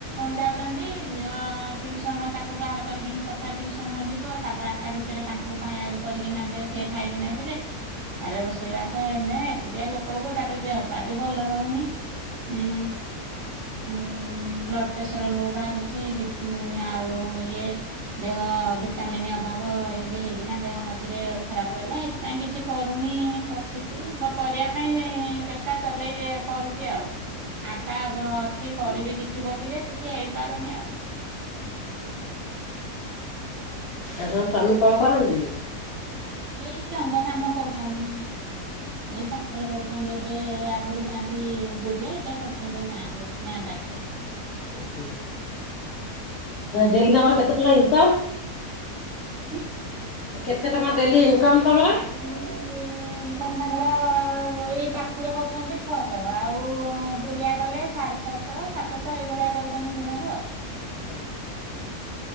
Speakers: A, on the right; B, on the left.
A: ଯାଉ ଚନ୍ତି ଝିଅ ଅ ଟ୍ୟୁସନ ତାକୁ ବାହାର କରିକିନି ପଠା ଟ୍ୟୁସନ ଯିବ ତାପରେ ଆଠଟା ଭିତରେ ତାଙ୍କୁ ଖାଇବାକୁ କରିକିନା ଦେ ସେ ଖାଇକିନା ଯିବେ ତାରେ ରୋଷେଇ ବାସ ଏଇନେ ଏକୁଟିଆ ଲୋକ। କହୁ କହୁ ତାପରେ ଦେହପା ବି ଭଲ ରହୁନି ଇଁ ହୁଁ ବ୍ଲଡ ପ୍ରେସର ଲୋ ବାହାରୁଛି ବିପି ଆଉ ଇଏ ଦେହ ଭିଟାମିନ୍ ଅଭାବ ଏମିତି ହେଇକିନା ଦେହ ମଝିରେ ଖରାପ ରହିଲା। କାଇଁ କିଛି କରୁନି ବସିଛି ବାପ ଘରିଆ କ ଚେଷ୍ଟା ଚଲେଇ କରୁଛି ଆଉ। ଆଶା ଅଛି କରିବି କିଛି ବୋଲି ଯେ କିଛି ହେଇପାରୁନି ଆଉ।
B: ଆ ତମ ସ୍ଵାମୀ କଣ କରନ୍ତି?
A: ଏଇ ରଙ୍ଗ କାମ କରୁଚନ୍ତି, ଏଇ ପାଖରେ କରୁଛନ୍ତି ଏବେ, ଆଗରୁ ଯାଆ <unintelligible> ଦୁରିଆ, ଏବେ କରଚନ୍ତି ଗାଁ ରେ, ଗାଁ ପାଖରେ।
B: ଓ ହୁଁ। ଡେଲି
A: କରୁଛନ୍ତି।
B: ତାଙ୍କର କେତେ ଟଙ୍କା ଇନକମ୍?
A: ହୁଁ।
B: କେତେ ଟଙ୍କା ଡେଲି ଇନକମ ତମର?
A: ଡ଼େଲିି ଇନକମ ତାଙ୍କର ଏଇ ପାଖରେ କରୁଚନ୍ତି ଛଅଶହ, ଆଉ ଦୁରିଆ କଲେ ସାଢେ ଛଅଶହ। ଛଅ ସାତଶହ, ଏଇଭଳିଆ ଦଉଛନ୍ତି ଦିନକୁ ଆଉ।
B: <unintelligible>